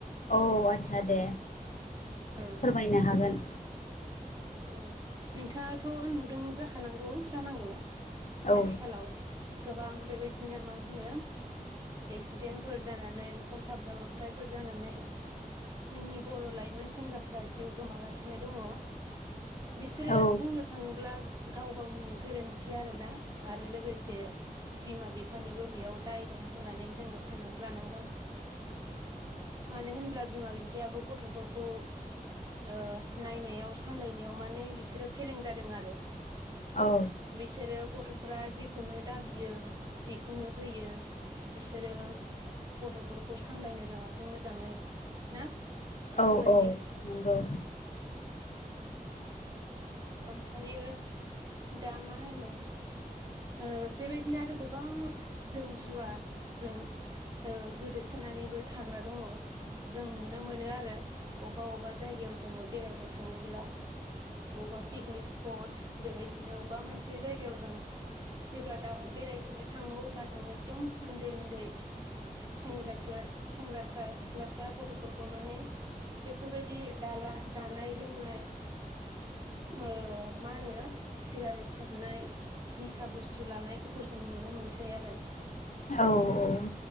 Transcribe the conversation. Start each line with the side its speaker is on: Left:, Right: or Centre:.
Left: औ आदसा दे
Right: औ
Left: फोरमायनो हागोन
Right: औ नोंथाङाथ' नुदों जाखानांगौ जानांगौ।
Left: औ
Right: आथिखालाव गोबां बेबा दिनो मा होनो एक्सिडेन्टफोर जानानै हरखाब जाब्रब थायफोर जानानै जोंनि बर' लाइमोन सेंग्राफोरा जिउ गोमागासिनो दङ। बिसोरो
Left: औ
Right: बुंनो थाङोब्ला गाव गावनिनो गोर रोनथि आरोना आरो लोगोसे बिमा बिफानिबो बेयाव दाय दं होननानै जोङो साननानै लानांगोन। मानो होनब्ला बिमा बिफायाबो गथ'फोरखौ ओ नायनायाव सामलायनायाव माने बिसोरो फेलें जादों आरो
Left: औ
Right: बिसोरो गथ' फ्रा जेखौनो दाबियो बेखौनो होयो बिसोरो गथ'फोरखौ सामलायनो रोङाखै मोजाङै ना बेफोरबायदि
Left: औ औ नंगौ।
Right: ओमफ्रायो दा मा होनो ओ बेबायदिनो आरो गोबां जौ जुवाजों ओ गोदोसोनानैबो थाग्रा दङ जों नुनो मोनो आरो अबा अबा जायगायाव जोङो बेरायनो थाङोब्ला अबा पिकनिक स्पट बेबायदिनो अबा मोनसे जायगायाव जों जेब्ला दाउ बेरायहैनो थाङो अब्ला जों एखदम उन्दै उन्दै सेंग्रासा सिख्लासा गथ'फोरखौ माने बेफोरबायदि जाला जानाय लोंनाय ओ मा होनो सिगारेट सोबनाय निसा बुस्थु लानायफोरखौ जों नुनो मोनसै आरो
Left: औ औ